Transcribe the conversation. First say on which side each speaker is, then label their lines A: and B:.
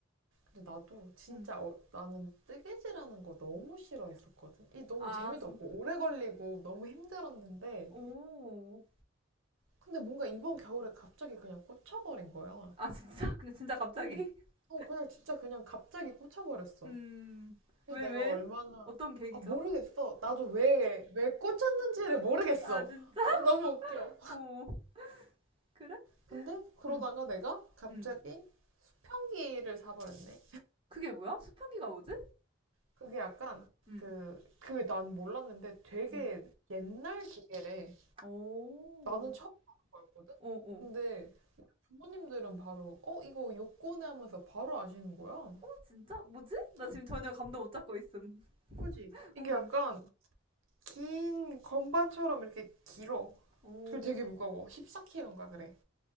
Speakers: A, on the right; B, on the right.
A: 근데 나도 진짜
B: 응.
A: 어- 나는 뜨개질하는 거 너무 싫어했었거든. 이 너무
B: 아,
A: 재미도
B: 진,
A: 없고 오래 걸리고 너무 힘들었는데
B: 오.
A: 근데 뭔가 이번 겨울에 갑자기 그냥 꽂혀버린 거야.
B: 아, 진짜? <laughs> 근데 진짜 갑자기?
A: 응.
B: <laughs>
A: 어, 그냥 진짜 그냥 갑자기 꽂혀버렸어.
B: 음,
A: 그
B: 왜,
A: 내가
B: 왜?
A: 얼마나
B: 어떤 계기가?
A: 아 모르겠어. 나도 왜 왜 꽂혔는지를 모르겠어.
B: 아, 진짜?
A: 나도 너무 웃겨.
B: 오, 그래?
A: 근데 그러다가
B: 응,
A: 내가 갑자기
B: 응.
A: 수평기를 사버렸네.
B: 그게 뭐야? 수평기가 뭐지?
A: 그게 약간
B: 응,
A: 그 그게 난 몰랐는데 되게
B: 응.
A: 옛날 기계래.
B: 오,
A: 나는 처음 하는 거였거든.
B: 오, 오.
A: 근데 부모님들은 바로 어 이거 요코네 하면서 바로 아시는 거야.
B: 어, 진짜? 뭐지? 나
A: 응,
B: 지금 전혀 감도 못 잡고 있음.
A: 그지? 이게
B: 응.
A: 약간 긴 건반처럼 이렇게 길어.
B: 오,
A: 그리고 되게 무거워. 14kg인가 그래.